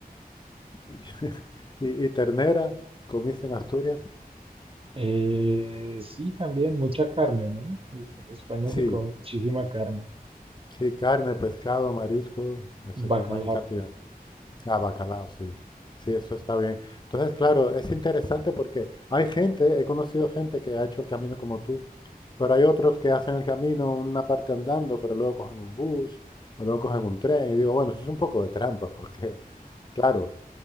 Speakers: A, on the left; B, on the right.
A: <laughs> ¿Y, y ternera comiste en Asturias?
B: Eh, sí, también mucha carne, ¿no? En en España
A: Sí,
B: se come muchísima carne,
A: sí, carne, pescado, marisco, eh, se
B: bacalao.
A: come en cantidad. Ah, bacalao, sí. Sí, eso está bien. Entonces, claro, es interesante porque hay gente, he conocido gente que ha hecho el camino como tú, pero hay otros que hacen el camino una parte andando, pero luego cogen un bus o luego cogen un tren. Y digo, bueno, eso es un poco de trampa <laughs> porque, claro,